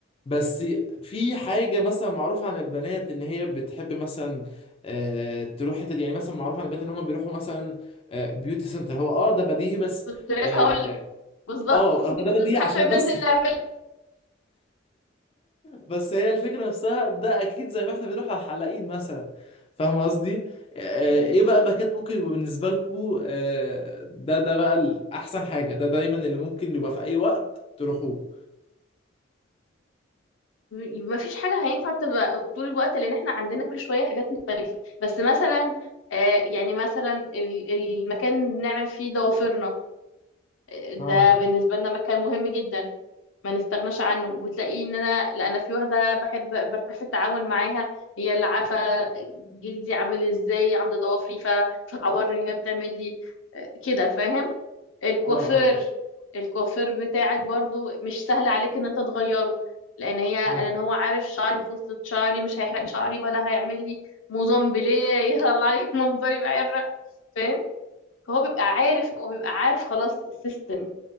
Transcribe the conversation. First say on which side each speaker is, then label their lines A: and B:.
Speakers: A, on the left; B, on the left.
A: بس في حاجه مثلا معروفه عن البنات ان هي بتحب مثلا آه، تروح حتت دي. يعني مثلا معروف عن البنات ان هم بيروحوا مثلا بيوتي سنتر هو اه ده بديهي بس
B: كنت لسه
A: اه
B: هقول لك بالظبط
A: آه،
B: <laughs> دي
A: هو ده
B: من
A: بديهي
B: ضمن الحاجات
A: عشان
B: اللي
A: بس
B: بننزل
A: <laughs>
B: نعملها
A: بس هي الفكرة نفسها ده أكيد زي ما احنا بنروح على الحلاقين مثلا فاهم قصدي؟ آه،
B: مم.
A: إيه بقى المكان ممكن يبقى بالنسبة لكم آه، ده ده بقى الأحسن حاجة ده دايما اللي ممكن يبقى في أي وقت تروحوه
B: ما فيش حاجة هينفع تبقى طول الوقت لأن احنا عندنا كل شوية حاجات مختلفة بس مثلا آه، يعني مثلا ال- المكان اللي بنعمل فيه ضوافرنا آه، ده
A: اه
B: بالنسبة لنا مكان مهم جدا ما نستغناش عنه وتلاقيه ان انا لا انا في واحده بحب برتاح في التعامل معاها هي اللي عارفه جلدي عامل ازاي عند ضوافري فمش هتعورني هي بتعمل لي آه، كده فاهم الكوافير
A: اه اه
B: الكوافير بتاعك برضو مش سهل عليك ان انت تغيره لان هي
A: مم.
B: لان هو عارف شعري وفصلة شعري مش هيحرق لي شعري ولا هيعمل لي موزون بليه يطلع لي <laughs> منظري بعرق فاهم هو بيبقى عارف هو بيبقى عارف خلاص السيستم